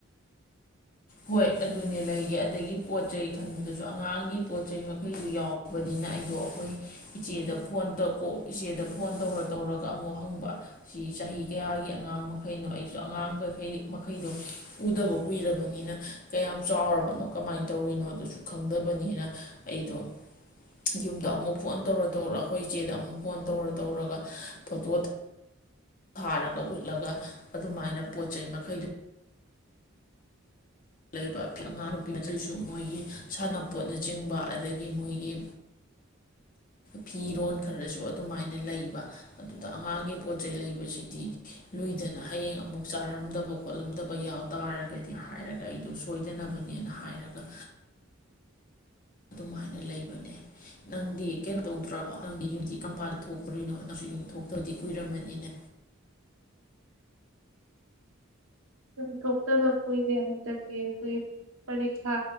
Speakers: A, on the left (about 45°); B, on the right (about 85°).
A: ꯍꯣꯏ ꯑꯗꯨꯅꯦ ꯂꯩꯒꯦ ꯑꯗꯒꯤ ꯄꯣꯠ ꯆꯩꯩ ꯈꯟꯕꯗꯨꯁꯨ ꯑꯉꯥꯡꯒꯤ ꯄꯣꯠ ꯆꯩ ꯃꯈꯩꯗꯨ ꯌꯥꯎꯕꯅꯤꯅ ꯑꯩꯗꯣ ꯑꯩꯈꯣꯏ ꯏꯆꯦꯗ ꯐꯣꯟ ꯀ ꯏꯆꯦꯗ ꯐꯣꯟ ꯇꯧꯔ ꯇꯧꯔꯒ ꯑꯃꯨꯛ ꯍꯪꯕ ꯁꯤ ꯆꯍꯤ ꯀꯌꯥꯒꯤ ꯑꯉꯥꯡ ꯃꯈꯩꯅꯣ ꯑꯩꯁꯨ ꯑꯉꯥꯡꯩ ꯃꯈꯩꯗꯣ ꯎꯗꯕ ꯀꯨꯏꯔꯕꯅꯤꯅ ꯀꯌꯥꯝ ꯆꯥꯎꯔꯕꯅꯣ ꯀꯃꯥꯏꯅ ꯇꯧꯔꯤꯅꯣ ꯑꯗꯨꯁꯨ ꯈꯪꯗꯕꯅꯤꯅ ꯑꯩꯗꯣ ꯌꯨꯝꯗ ꯑꯃꯨꯛ ꯐꯣꯟ ꯇꯧꯔ ꯇꯧꯔ ꯑꯩꯈꯣꯏ ꯏꯆꯦꯗ ꯑꯃꯨꯛ ꯐꯣꯟ ꯇꯧꯔ ꯇꯧꯔꯒ ꯐꯣꯇꯣ ꯊꯥꯔꯒ ꯎꯠꯂꯒ ꯑꯗꯨꯃꯥꯏꯅ ꯄꯣꯠ ꯆꯩꯩ ꯃꯈꯩꯗꯨ ꯂꯩꯕ ꯑꯉꯥꯡ ꯅꯨꯄꯤ ꯃꯆꯩꯁꯨ ꯃꯣꯏꯒꯤ ꯁꯥꯟꯅꯄꯣꯠꯅꯆꯤꯡꯕ ꯑꯗꯒꯤ ꯃꯣꯏꯒꯤ ꯐꯤꯔꯣꯟ ꯈꯔꯁꯨ ꯑꯗꯨꯃꯥꯏꯅ ꯂꯩꯕ ꯑꯗꯨꯗ ꯑꯉꯥꯡꯒꯤ ꯄꯣꯠ ꯆꯩꯩ ꯂꯩꯕꯁꯤꯗꯤ ꯂꯨꯏꯗꯅ ꯍꯌꯦꯡ ꯑꯃꯨꯛ ꯆꯥꯔꯝꯗꯕ ꯈꯣꯠꯂꯝꯗꯕ ꯌꯥꯎ ꯇꯥꯔꯒꯗꯤ ꯍꯥꯏꯔꯒ ꯑꯩꯗꯣ ꯁꯣꯏꯗꯅꯕꯅꯦꯅ ꯍꯥꯏꯔꯒ ꯑꯗꯨꯃꯥꯏꯅ ꯂꯩꯕꯅꯦ ꯅꯪꯗꯤ ꯀꯩꯅꯣ ꯇꯧꯗ꯭ꯔꯣ ꯅꯪꯗꯤ ꯌꯨꯝꯗꯤ ꯀꯔꯝꯕꯥꯗ ꯊꯣꯛꯇꯣꯔꯤꯅꯣ ꯅꯠꯇ꯭ꯔꯁꯨ ꯌꯨꯝ ꯊꯣꯛꯇ꯭ꯔꯗꯤ ꯀꯨꯏꯔꯝꯃꯅꯤꯅꯦ
B: ꯌꯨꯝ ꯊꯣꯛꯇꯕ ꯀꯨꯏꯔꯦ ꯍꯟꯗꯛꯇꯤ ꯑꯩꯈꯣꯏꯒꯤ ꯄꯔꯤꯈꯥ